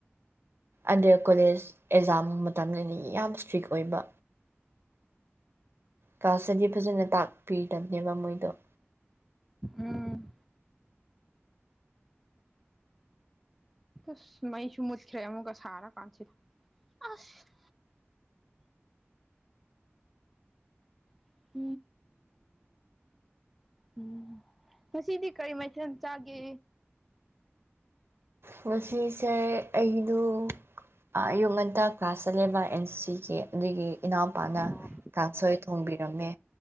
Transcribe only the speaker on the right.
ꯑꯟꯗꯔ ꯀꯣꯂꯦꯖ ꯑꯦꯛꯖꯥꯝ ꯃꯇꯝ ꯅꯤꯅ ꯌꯥꯝ ꯏꯁꯇ꯭ꯔꯤꯛ ꯑꯣꯏꯕ ꯀ꯭ꯂꯥꯁꯇꯗꯤ ꯐꯖꯅ ꯇꯥꯛꯄꯤ ꯇꯕꯅꯦꯕ ꯃꯣꯏꯗꫭ
ꯉꯁꯤꯁꯦ ꯑꯩꯗꯨ ꯑꯌꯨꯛ ꯉꯟꯇꯥ ꯀ꯭ꯂꯥꯁ ꯆꯟꯂꯦꯕ ꯑꯦꯟ ꯁꯤꯒꯤ ꯑꯗꯨꯒꯤ ꯏꯅꯥꯎꯄꯥꯅ
ꯀꯥꯡꯁꯣꯏ ꯊꯣꯡꯕꯤꯔꯝꯃꯦ